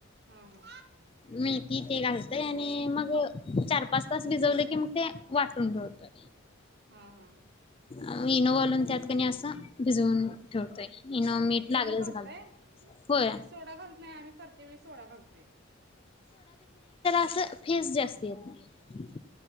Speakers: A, on the right (about 55°); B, on the left (about 25°).
A: हा हा
B: मेथी ते घालताय आणि मग चार पाच तास भिजवल की मग ते वाटून ठेवतंय.
A: हा हा
B: अ इनो घालून त्यातक नाय अस भिजवून ठेवतोय. इनो
A: हा
B: मीठ लागलच
A: इनो घालताय
B: घालतोय होय
A: सोडा घालत नाही आम्ही करत्यावेळेस सोडा घालतोय
B: अस फेस जास्ती येत नाय